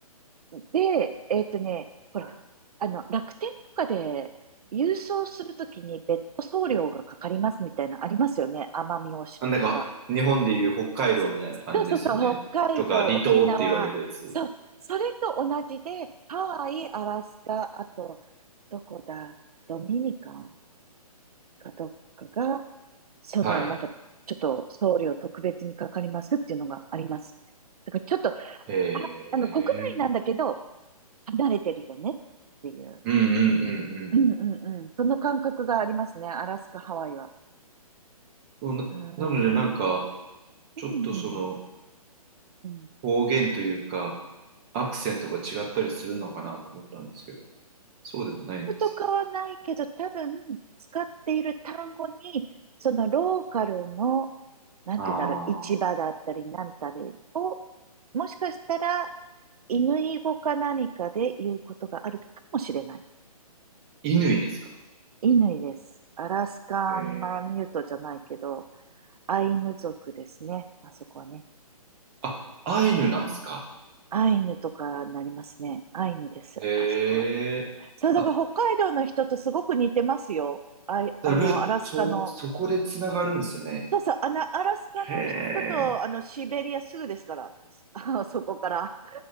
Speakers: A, on the right; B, on the right.
A: で、えっとね、ほら、
B: はい。
A: あの、楽天とかで郵送するときに別途送料がかかりますみたいなのありますよね。奄美大島とか。
B: あなんか、日本でいう北海道みたいな感じですよね。
A: そうそうそう、北海道、
B: とか、離島って言われるやつ。
A: 沖縄。そう、それと同じで、ハワイ、アラスカ、あと、どこだ、ドミニカンかどっかがその、
B: はい。
A: なんか、ちょっと送料特別にかかりますっていうのがあります。だからちょっと、あ、
B: へえ。
A: あの、国内なんだけど、離れてるよねっていう。
B: うんうんうんうん。
A: うんうんうん。その感覚がありますね。アラスカ、ハワイは。
B: そうな、
A: うん。
B: なので、
A: うん
B: なんか、ちょっとその、
A: うん。うん。
B: 方言というか、アクセントが違ったりするのかなと思ったんですけど、そうでもないんですね。
A: とかはないけど、多分、使っている単語に、そのローカルの、なんていうんだろう、
B: ああ、
A: 市場だったり、なんたりを、もしかしたら犬語か何かで言うことがあるかもしれない。
B: 犬ですか。
A: イヌイです。アラスカンマラミュートじゃないけど、
B: へえ。
A: アイヌ族ですね。あそこはね。
B: あ、アイヌなんすか。
A: アイヌとかになりますね。アイヌです。
B: へ
A: あそこは。
B: え。
A: そう、だから北海道の人とすごく似てますよ。
B: あ、
A: あい、
B: だルー、
A: あの、アラスカの。
B: そう、そこでつながるんすね。
A: そうそう、あの、アラスカの人と、
B: へえ。
A: あの、シベリアすぐですから。<laughs> あそこから。